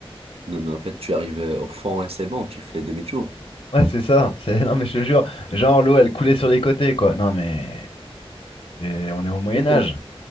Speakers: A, on the right; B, on the left.
A: Non, mais en fait, tu arrives euh, au fond et c'est bon, tu fais demi-tour.
B: Ouais, c'est ça. C'est... Non, mais je te jure, genre l'eau, elle coulait sur les côtés, quoi. Non, mais et on est au Moyen
A: Ok.
B: Âge.